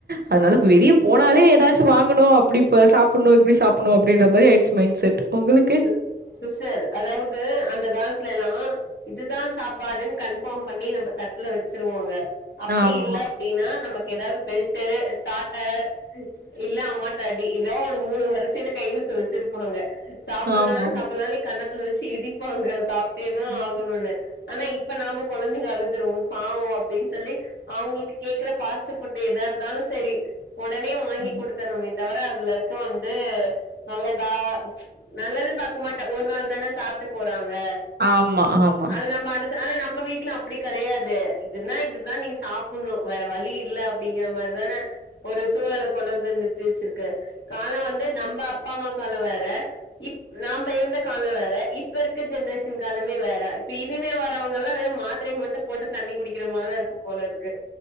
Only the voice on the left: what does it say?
சி சிஸ்டர் அதாவது அந்த காலத்துலெல்லா இதுதா சாப்பாடுன்னு கன்ஃபார்ம் பண்ணி நம்ம தட்டுல வெச்சிருவாங்க அப்பிடி
இல்ல அப்புடின்னா நமக்கு ஏதாவது பெல்ட்டு சாட்ட இல்ல அம்மாட் ட்ட அடி இதோ மூணு வருசையில கைவசம் வச்சிருப்பாங்க சாப்புலனானு
சாப்புலனானு நி கன்னத் ல வெச்சி இடிப்பாங்க சாப்டேதா
ஆகனுன்னு ஆனா இப்போ நாம குழந்தைங்க அழுதுறோ பாவோ அப்புடின்னு சொல்லி அவுங்ளுக்கு கேக்குற பாஸ் ட்டு ஃபுட்டு எதா இருந்தாலு சேரி ஒடனே வாங்கி
கொடுத்துறோமே தவர அதுல இருக்க வந்து நல்லதா நல்லது பாக்கு மாட்ட ஒரு நாள் தானே சாப்புட்டு போறாங்க
அது நம்ம ஆனா நம்ம வீட்டுல அப்புடி கெடையாது இதுன்னா இதுதா நீ சாப்புனோ வேற வழி இல்ல அப்புடிங்கிற மாறிதானே ஒரு சூழலை கொண்டு வந்து நிறத்தி வெச்சி இருக்கு காலம் வந்து நம்ப அப்பா அம்மா காலம் வேற இப் நாம இருந்த காலம் வேற இப்ப இருக்க ஜென்ரேஷன் காலமே வேற இப்ப இதுமே வரவங்க எல்லாம் வெறும் மா மாத்திரையும் மட்டும் போட்டு தண்ணி குடிக்கிற மாதிரிதான் இருக்கும் போல இருக்கு